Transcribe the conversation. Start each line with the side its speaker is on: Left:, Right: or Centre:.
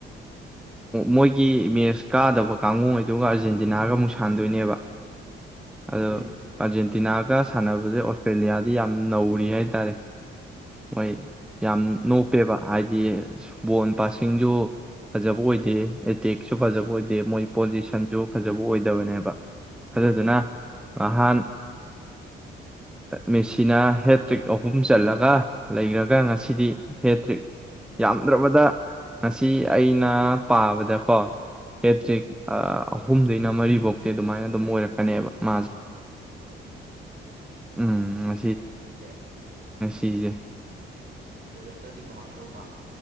Centre: ꯃꯣꯏꯒꯤ ꯃꯦꯁ ꯀꯥꯗꯕ ꯀꯥꯡꯉꯩꯗꯨꯒ ꯑꯥꯔꯖꯦꯟꯇꯤꯅꯥꯒ ꯑꯃꯨꯛ ꯁꯥꯟꯗꯣꯏꯅꯦꯕ ꯑꯗꯣ
Right: ꯎꯝ
Centre: ꯑꯥꯔꯖꯦꯟꯇꯤꯅꯥꯒ ꯁꯥꯟꯅꯕꯁꯦ ꯑꯣꯁꯇ꯭ꯔꯦꯂꯤꯌꯥꯗꯤ ꯌꯥꯝ ꯅꯧꯔꯤ ꯍꯥꯏꯇꯥꯔꯦ ꯃꯣꯏ ꯌꯥꯝ ꯅꯣꯞꯄꯦꯕ ꯍꯥꯏꯗꯤ ꯕꯣꯟ ꯄꯁꯤꯡꯁꯨ ꯐꯖꯕ ꯑꯣꯏꯗꯦ ꯑꯦꯇꯦꯛꯁꯨ ꯐꯖꯕ ꯑꯣꯏꯗꯦ ꯃꯣꯏ ꯄꯣꯖꯤꯁꯟꯁꯨ ꯐꯖꯕ ꯑꯣꯏꯗꯕꯅꯦꯕ ꯑꯗꯨꯗꯨꯅ
Right: ꯎꯝ
Centre: ꯅꯍꯥꯟ ꯃꯦꯁꯤꯅ ꯍꯦꯇ꯭ꯔꯤꯛ ꯑꯍꯨꯝ ꯆꯠꯂꯒ ꯂꯩꯈ꯭ꯔꯒ ꯉꯁꯤꯗꯤ ꯍꯦꯇ꯭ꯔꯤꯛ ꯌꯥꯝꯗ꯭ꯔꯕꯗ ꯉꯁꯤ ꯑꯩꯅ ꯄꯥꯕꯗꯀꯣ ꯍꯦꯇ꯭ꯔꯤꯛ
Right: ꯎꯝ
Centre: ꯑꯍꯨꯝꯗꯩꯅ ꯃꯔꯤꯐꯧꯇꯤ ꯑꯗꯨꯃꯥꯏꯅ ꯑꯗꯨꯝ ꯑꯣꯏꯔꯛꯀꯅꯦꯕ ꯃꯥ ꯎꯝ
Right: ꯃꯦꯁꯤ ꯁꯦ
Centre: ꯆꯤꯖꯦ
Right: ꯑꯣꯏꯔꯛꯇ꯭ꯔꯗꯤ ꯀꯃꯥꯏꯅ ꯇꯧꯕ